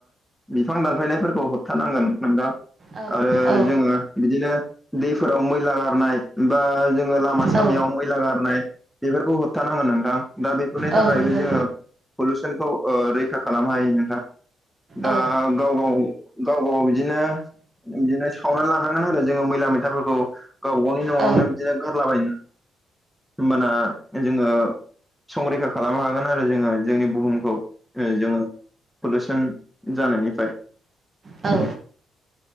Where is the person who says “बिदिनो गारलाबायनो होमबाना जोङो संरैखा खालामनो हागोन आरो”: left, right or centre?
Centre